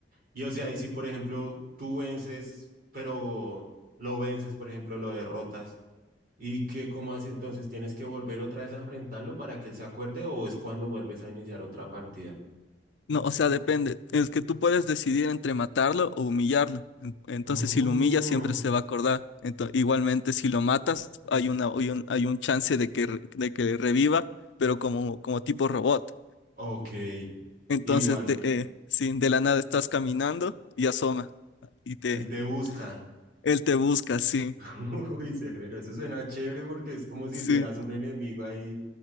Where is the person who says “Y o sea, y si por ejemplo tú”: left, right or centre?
Right